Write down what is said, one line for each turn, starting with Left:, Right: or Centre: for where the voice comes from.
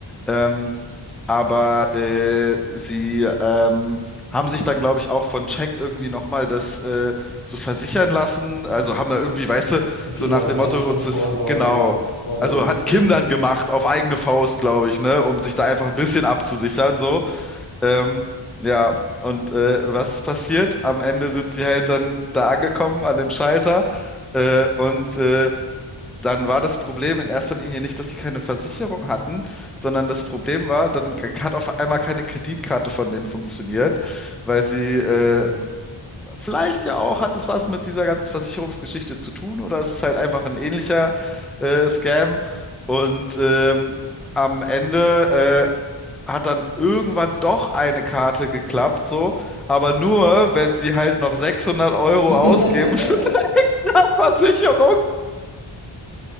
Centre: Ähm, aber äh, sie ähm, haben sich dann, glaube ich, auch von Jack irgendwie nochmal das äh, so versichern lassen. Also haben da irgendwie, weißt du,
Left: Okay,
Centre: so nach
Left: also
Centre: dem
Left: Sie
Centre: Motto,
Left: haben schon
Centre: uns
Left: Vorsorge,
Centre: ist genau.
Left: Vorsorge
Centre: Also hat
Left: getroffen.
Centre: Kim dann gemacht, auf eigene Faust, glaube ich, ne, um sich da einfach ein bisschen abzusichern, so. Ähm, ja, und äh, was ist passiert? Am Ende sind sie halt dann da angekommen an dem Schalter. Äh, und äh, dann war das Problem in erster Linie nicht, dass sie keine Versicherung hatten, sondern das Problem war, dann hat auf einmal keine Kreditkarte von denen funktioniert, weil sie äh,
Left: Mhm.
Centre: Vielleicht ja auch, hat es was mit dieser ganzen Versicherungsgeschichte zu tun oder es ist halt einfach ein ähnlicher äh, Scam. Und ähm, am Ende äh, hat dann irgendwann doch eine Karte geklappt, so, aber nur, wenn sie halt noch 600 Euro
Left: <laughs>
Centre: ausgeben für eine extra Versicherung.